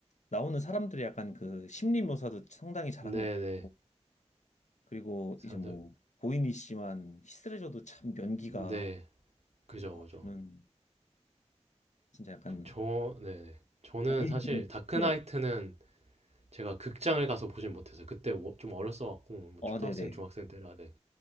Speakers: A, on the left; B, on the right.
A: 나오는 사람들이 약간 그 심리 묘사도 상당히 잘한
B: 네네.
A: 것 같고 그리고
B: 사람들
A: 이제 뭐 고인이니씨만 히스레저도 참 연기가
B: 네. 그죠,
A: 와
B: 그죠.
A: 저는 진짜 약간
B: 저, 네 네. 저는
A: 고인
B: 사실 다크나이트는
A: 네.
B: 제가 극장을 가서 보진 못했어요. 그때 워- 좀 어렸어갖고, 뭐
A: 어
B: 초등학생,
A: 네네
B: 중학생 때라, 네.